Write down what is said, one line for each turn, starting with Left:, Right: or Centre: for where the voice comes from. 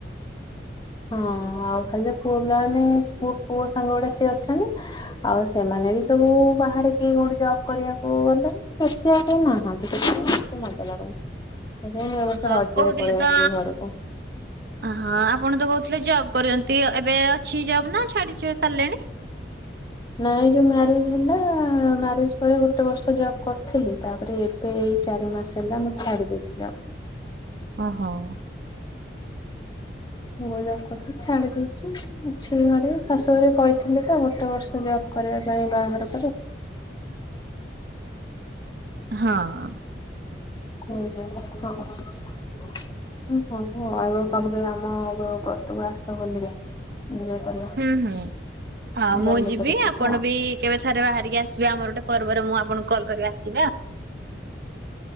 Left: ହଁ ଆଉ ଖାଲି ତ ପୁଅ ପିଲାମାନେ, ପୁଅ ଗୁଡା ସିଏ ଅଛନ୍ତି, ଆଉ ସେମାନେ ବି ସବୁ ବାହାରେ କିଏ କୋଉଠି ଜବ କରିବାକୁ ଗଲେଣି, ବେଶି ଆଉ କିଏ ନାହାନ୍ତି, ସେଥିପାଇଁ ମଜା ଲାଗୁନି। ସେଥିପାଇଁ ମୁଁ ଏ ବର୍ଷ
Right: ଓହୋ
Left: ରଜରେ
Right: କହୁଥିଲେ
Left: ପଳେଇ
Right: ତ
Left: ଆସିଲି ଘରକୁ।
Right: ହଁ। ଆପଣ ତ କହୁଥିଲେ ଜବ୍ କରଛନ୍ତି। ଟି ଏବେ ଅଛି ଯବ ନା ଛାଡିଛ ସାରିଲେଣି?
Left: ନାଇଁ ଯୋଉ ମ୍ୟାରେଜ ହେଲା ମ୍ୟାରେଜ ପରେ ଗୋଟେ ବର୍ଷ ଜବ କରିଥିଲି ତାପରେ ଏବେ ଏଇ ଚାରି ମାସ ହେଲା ମୁଁ ଛାଡିଦଥିଲି ଜବ।
Right: ଓ ହଉ।
Left: ମୁ ଜବ୍ କରୁଥିଲି ଛାଡି ଦେଇଛି ଘରେ ଶାଶୁ ଘରେ କହିଥିଲେ ତ ଗୋଟେ ବର୍ଷ ଜବ କରିବା ପାଇଁ ବାହାଘର
Right: ହଁ।
Left: ପରେ <inaudible> <unintelligible> ହଁ <inaudible> ଆସ ହୋଲିରେ। ଏଞ୍ଜୟ କରିବା
Right: ହୁଁ ହୁଁ ହଁ
Left: ବୁଲାବୁଲି
Right: ମୁଁ ଯିବି।
Left: କରି ଯିବା
Right: ଆପଣ
Left: ଆଉ।
Right: ବି କେବେ ଥରେ ବାହାରିକି ଆସିବେ ଆମର ଗୋଟେ ପର୍ବରେ ମୁଁ ଆପଣଙ୍କୁ କଲ୍ କରିବି ଆସିବେ ଆଉ।